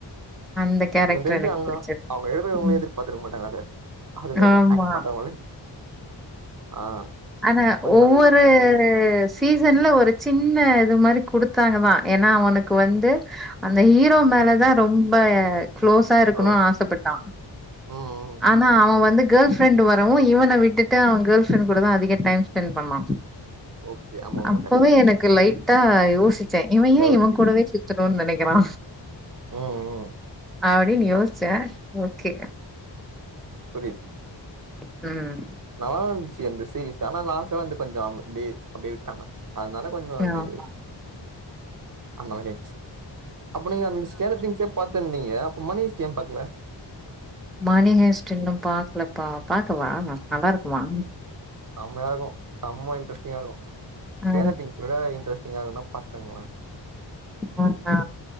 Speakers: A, in the centre; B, on the right.
A: அந்த கேரக்டர்
B: எனக்கு தெரிஞ்சு அங்க
A: புடிச்சது.
B: அவுங்க இருக்குறவங்களே
A: ம்.
B: எதிர்பாத்திருக்க மாட்டாங்க அத அதுலந்த
A: ஆமா.
B: ஆக்ட் பண்றவங்களே ஆ
A: ஆனா
B: கொஞ்சோ
A: ஒவ்வொரு
B: அது
A: சீசன்ல ஒரு சின்ன இது மாரி குடுத்தாங்கதா ஏன்னா அவனுக்கு வந்து அந்த ஹீரோ மேலதா ரொம்ப க்ளோஸா இருக்கனு
B: ஓ
A: ஆசப்பட்டா
B: ம் ம்
A: ஆனா அவ வந்து கேர்ள் ஃப்ரெண்ட் வரவு இவன விட் டுட்டு அவ கேர்ள் ஃப்ரெண்ட் கூடதா அதிக டைம் ஸ்பெண்ட் பண்ணா
B: ஓகே ஆமா ஆமா
A: அப்பவே
B: கரெக்ட்
A: எனக்கு லைட்டா யோசிச்சே இவ
B: டவுட்
A: ஏ இவ கூடவே சுத் தனு நெனைக்கிறா
B: ம் ம்
A: அப்டின் யோஸ்ச்ச ஓகே
B: புரியிது
A: ம்
B: நல்லாதா இருந்துச்சு அந்த சீரியஸ் ஆனா லாஸ்ட்ல வந்து கொஞ்சோ அப்டி அப்டியே விட்டாங்க அதனால கொஞ்ச அது
A: ஆமா.
B: அந்த மாரி ஆடுச்சு அப்போ நீங்க அந்த ஸ்கேடட் திங்ஸே பாத்தின்தீங்க அப்ப மணிஸ் ஏ பாக்கல
A: மணிஹேஸ்ட் இன்னு பாக்கலப்பா பாக்கவா நல்லா இருக்குமா
B: செம்மைய இருக்கு செம்ம இன்ட்ரெஸ்டிங்கா இருக்கு
A: ஆ,
B: ஸ்கேடேட் திங்ஸ் அ விட இன்ட்ரெஸ்டிங்கா இருக்குன்னா பாத்துகோங்களே
A: ஆ ஆ